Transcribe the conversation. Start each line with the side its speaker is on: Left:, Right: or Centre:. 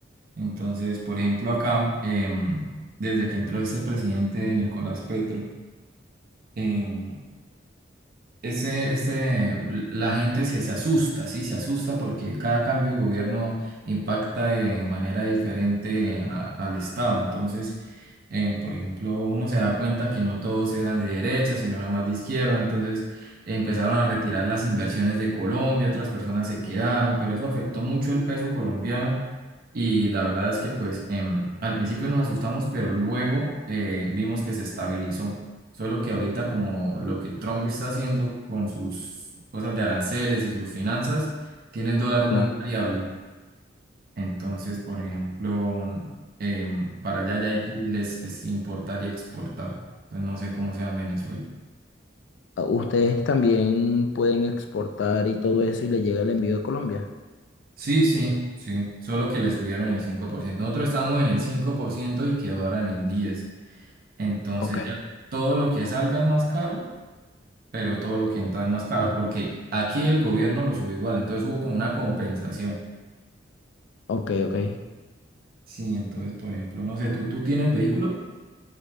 Right: Entonces, por ejemplo, acá, em, desde que entró este presidente Nicolás Petro, em, ese, ese, la gente se, se asusta, ¿sí? Se asusta porque cada cambio de gobierno impacta de manera diferente a- al Estado. Entonces, eh, por ejemplo, uno se da cuenta que no todos eran de derecha, sino eran más de izquierda. Entonces, eh, empezaron a retirar las inversiones de Colombia, otras personas se quedaron, pero eso afectó mucho el peso colombiano. Y la verdad es que, pues, em, al principio nos asustamos, pero luego eh, vimos que se estabilizó. Solo que ahorita como lo que Trump está haciendo con sus cosas de aranceles y sus finanzas, tiene el dólar
Left: Claro.
Right: muy variable. Entonces, por ejemplo, em, para allá ya difícil es, es importar y exportar. Entonces, no sé cómo sea en Venezuela.
Left: Ah, Ustedes también pueden exportar y todo eso y le llega el envío de Colombia.
Right: Sí, sí, sí. Solo que le subieron el cinco por ciento Nosotros estábamos en el 5% y quedó ahora en el 10%. Entonces
Left: Ok,
Right: ya todo lo que salga es más caro, pero todo lo que entra es más caro, porque aquí el gobierno lo subió igual. Entonces hubo como una compensación.
Left: ok, ok.
Right: Sí, entonces, por ejemplo, no sé, tú, tú tienes vehículo.